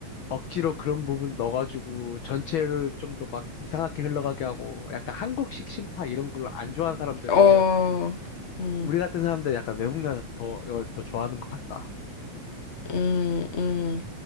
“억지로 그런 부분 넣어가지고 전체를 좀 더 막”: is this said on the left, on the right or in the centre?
Left